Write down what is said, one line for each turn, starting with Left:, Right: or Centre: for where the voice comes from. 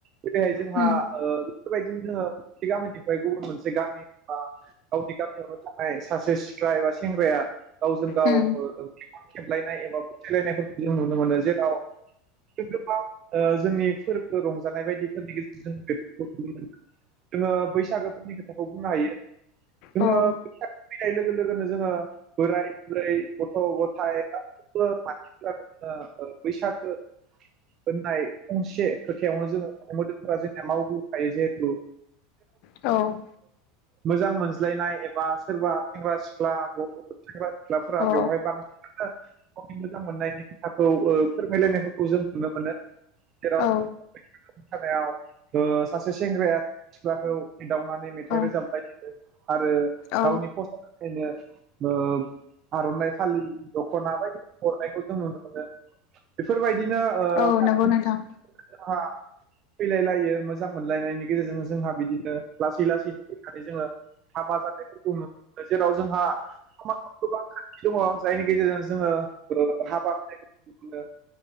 Right: जेरैहाय जोंहा
Left: उम
Right: ओ बेफोरबायदिनो जोंङो मोनसे गामिनिफ्राय गुबुन मोनसे गामि बा गावनि गामियावनो थानाय सासे सिख्ला एबा सेंग्राया गाव। दाव
Left: उम
Right: फोर खेबलायनाय एबा फोथायलायनायफोरखौ जों नुनो मोनो जेराव सोरदोंबा ओ जोंनि फोरबो रंजानाय बायदिफोरनि गेजेरजों बेफोरखौ नुनो मोनो जोंङो बैसागोफोरनि खोथाखौ बुंनो हायो जोंङो
Left: औ
Right: बैसागो फैनाय लोगो लोगोनो जोंङो बोराय राय गथ गथाय गासैबो मानसिफोरानो ओ बैसागो होननाय फंसे खोथायावनो जोंङो मोदोम फोराजोंनिया मावबोखायो जिहेतु
Left: औ
Right: मोजां मोनज्लायनाय एबा सोरबा सेंग्रा सिख्ला गथ <unintelligible> सिख्लाफोरा
Left: औ
Right: बेवहाय बां। गावनि मोजां मोननायनि खोथाखौ ओ फोरमायलायनायफोरखौ जों नुनो मोनो जेराव
Left: औ।
Right: बैसागो मोसानायाव ओ सासे सेंग्राया सासे सिख्लाखौ एदावनानै मेथाइ रोजाब
Left: उम
Right: <unintelligible> आरो
Left: औ
Right: गावनि फसायनि थाखायनो ओ आरनाइ फालि दखना बायदि हरनायखौ जों नुनो मोनो बेफोरबाय दिनो ओ <unintelligible>
Left: औ नंगौ नोंथां
Right: फैलायलायो मोजां मोनलायनायनि गेजेरजों जोंहा बिदिनो लासै लासैनो फैनानै जोंङो हाबा जानायफोरखौ <unintelligible> मोनो जेराव जोंहा <unintelligible> गोबां खान्थि दङ जायनि गेजेरजों जोंङो ओ हाबा होनायखौ मोनो